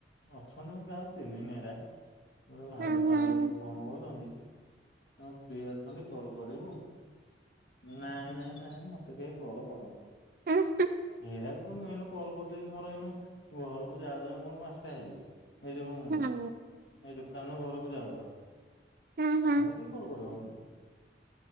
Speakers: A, on the left; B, on the right.
A: ଅଛନ୍ତିଛନ୍ତି ମୁ କାଉ ଚିହ୍ନିନିରେ। ଗୋଟେ ଭାଜ
B: ହୁଁ
A: ଫାଜ
B: ହୁଁ
A: ଉପରେ କଣ କରୁଛନ୍ତି? ହଉ ଫ୍ରୀ ଅଛନ୍ତି କଲ କରିବୁ। ନାଇଁ, ନାଇଁ, ନାଇଁ ମତେ କେହି କଲ କରନି।
B: ହୁଁ
A: ଏଇରାକୁ ତ ମୁଁ ଏଇନୁ କର କରିଦେବି ମୋର ଏଇନୁ ଘରକୁ ଯାଉ ଯାଉ ମୋର ପାଞ୍ଚଟା ହେଇଯିବ। ଏଇ ଯୋଉ
B: ହୁଁ
A: ଏଇ ଦୋକାନରୁ ଘରକୁ ଯାଉ ଯାଉ।
B: ହଁ ହଁ।
A: ହେରା କଲ୍ କରନଁ <unintelligible>